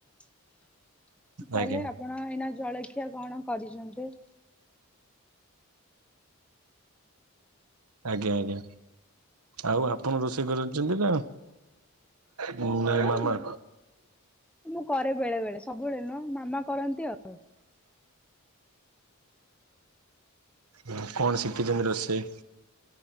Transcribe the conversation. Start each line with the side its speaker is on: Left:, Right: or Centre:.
Centre: ତାହାଲେ
Right: ଆଜ୍ଞା
Centre: ଆପ ପଣ ଏଇନା ଜଳଖିଆ କଣ କରିଚନ୍ତି?
Right: ଆଜ୍ଞା ଆଜ୍ଞା ଆଉ ଆପଣ ରୋଷେଇ କରୁଛନ୍ତି ନା? ନାଇଁ
Centre: ହଁ
Right: ମାମା?
Centre: ମୁଁ ମୁଁ କରେ ବେଳେ ବେଳେ ସବୁବେଳେ ନୁହଁ ମାମା କରନ୍ତି ଆଉ।
Right: ହ କଣ ଶିଖିଛନ୍ତି ରୋଷେଇ?